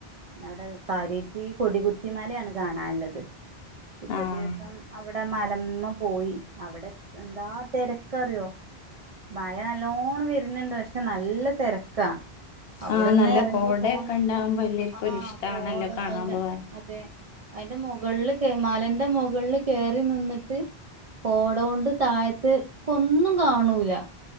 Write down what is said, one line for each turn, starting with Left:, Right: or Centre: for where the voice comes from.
Right: പിന്നവിടെ കാരേറ്റി കൊടികുത്തി മലയാണ് കാണാനുള്ളത് ഇറ്റേ
Left: ആഹ്
Right: ദിവസം അവിടെ അവിടെ മലമ്മ പോയി അവിടെ എന്താ തിരക്ക അറിയോ മഴ നല്ലോണ്ണം വരുന്നുണ്ട് പക്ഷെ നല്ല തിരക്കാ അവിടുന്ന്
Left: ആഹ നല്ല
Right: ഇറങ്ങി
Left: കോടയൊക്കെ
Right: പോന്നപ്പോ
Left: ഉണ്ടകുമ്പോ എല്ലർക്കും
Right: ആഹ്
Left: ഒരി ഇഷ്ടമാണല്ലോ
Right: കോട
Left: കാണാൻ
Right: അയിന്റെ
Left: പോവാൻ
Right: അതെ അതിന്റെ മുകളില് കേമാലന്റെ മുകൾ ുകളിൽ കയറി നിന്നിട്ട് കോട കൊണ്ട് താഴത്ത് ഒന്നും കാണൂല